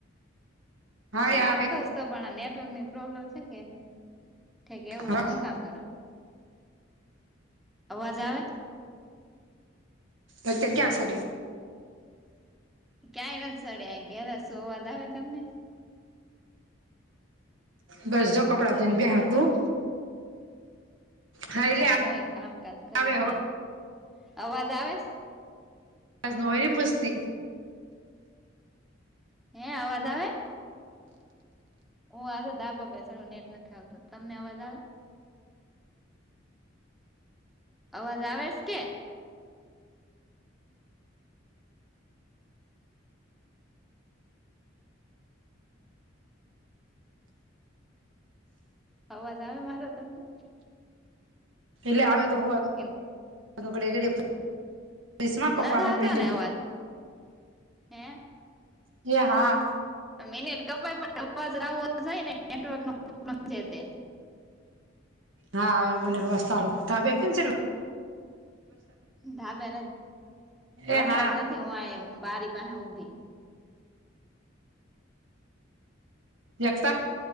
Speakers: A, on the right; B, in the centre.
A: હા
B: ફોન
A: એ
B: લાગતોતો
A: આવે
B: પણ નેટવર્કની પ્રોબ્લેમ છે કે એ ઠીક એવું
A: હા
B: છે હું કામ કરુ અવાજ આવે?
A: અત્યારે ક્યાં ચડી?
B: ક્યાંય નથી ચડ્યા આ ઘેર જ છું અવાજ આવે તમને
A: બસ જો કપડા ધોઇ બેઠા તું હા એટલે
B: હુ એ કામકાજ કરીને
A: આવે
B: અવાજ આવે?
A: આજ નો એ પુસ્તિ
B: હેં અવાજ આવે? હું આજે ધાબા પર ચડું છું નેટ નથી આવતું તમને અવાજ આવે અવાજ આવે છે કે અવાજ આવે મારો તમણે
A: એેટલે આવે તો ખબર
B: એમ
A: આમા ઘડીયે ઘડિયે પુછીસ ના કપામાં
B: નથી આવતો
A: મેંલી
B: ને અવાજ હે
A: એ હા
B: મિનીટ કપાય પણ અવાજ આવવો જોઈએને નેટવર્ક નો પ્રોબ્લેમ છે તે
A: હા હવે મને અવાજ સારો ધાબે કેમ ચડ્યો?
B: ધાબે નથ વરસાદ
A: એ હા
B: નથી હું અહીં બારી પાસે ઊભી
A: જેક્સા